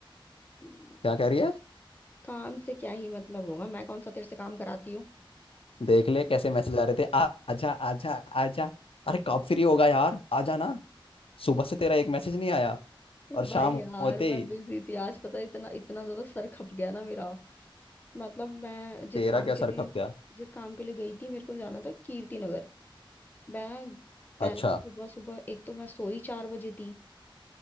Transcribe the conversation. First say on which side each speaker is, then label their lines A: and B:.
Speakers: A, on the left (about 20°); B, on the left (about 85°).
A: हम्म,
B: क्या कह रही है
A: काम से क्या ही मतलब होगा मैं कौन सा तेरे से काम कराती हूँ
B: देख ले कैसे मैसेज आ रहे थे आ आजा आजा आजा अरे कब फ्री होगा यार आजा ना सुबह से तेरा एक मैसेज नहीं आया
A: <laughs>
B: और
A: भाई
B: शाम
A: यार
B: होते
A: मैं
B: ही
A: बिजी थी आज पता है, इतना इतना ज्यादा सर खप गया ना मेरा मतलब मैं जिस
B: तेरा
A: काम
B: क्या
A: के
B: सर
A: लिए
B: खप गया
A: जिस काम के लिए गई थी मेरे को जाना था कीर्ति नगर मैं पहले
B: अच्छा
A: सुबह सुबह एक तो मैं सोई चार बजे थी